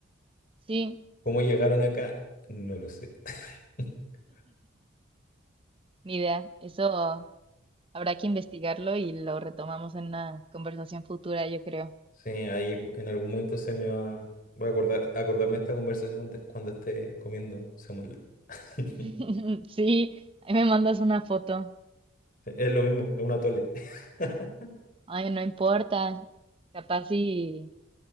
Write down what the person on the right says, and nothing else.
Sí,
ni idea. Eso habrá que investigarlo y lo retomamos en una conversación futura, yo creo.
<laughs> Sí, ahí me mandas una foto.
Ay, no importa. Capaz y...